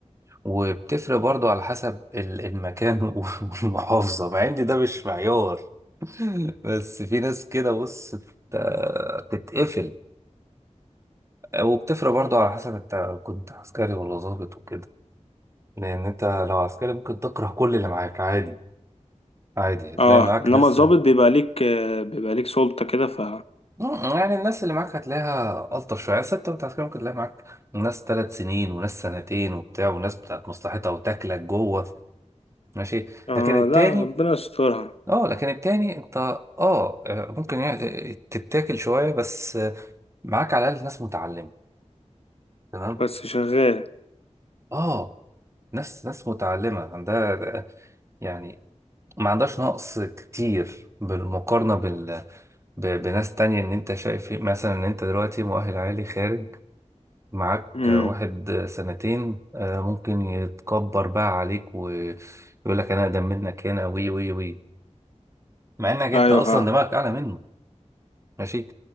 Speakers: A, on the right; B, on the left.
A: وبتفرق برضو على حسب ال- المكان <laughs> والمحافظة مع ان ده مش معيار <laughs> بس في ناس كده بص بت- بتتقفل وبتفرق برضو على حسب انت كنت عسكري ولا ضابط وكده لان انت لو عسكري ممكن تكره كل اللي معاك عادي عادي هتلاقي
B: اه
A: معاك
B: انما
A: ناس
B: الضابط بيبقى ليك آه، بيبقى ليك سلطة كده ف
A: مم، يعني الناس اللي معاك هتلاقيها ألطف شوية بس انت كنت عسكري ممكن تلاقي معاك ناس ثلاث سنين وناس سنتين وبتاع وناس بتاعت مصلحتها وتاكلك جوه ماشي
B: اه
A: لكن التاني
B: لا ربنا يسترها
A: اه لكن التاني انت اه آه، ممكن يعني تتاكل شوية بس آه، معاك على الأقل ناس متعلمة تمام
B: بس شغال
A: اه ناس ناس متعلمة عندها يعني ما عندهاش نقص كتير بالمقارنة بال... ب... بناس تانية ان انت شايف إيه. مثلا ان انت دلوقتي مؤهل عالي خارج معاك
B: <laughs> امم
A: واحد سنتين آه، ممكن يتكبر بقى عليك ويقول لك انا اقدم منك هنا وي وي وي مع انك انت
B: ايوه
A: اصلا
B: فاهم
A: دماغك اعلى منه ماشي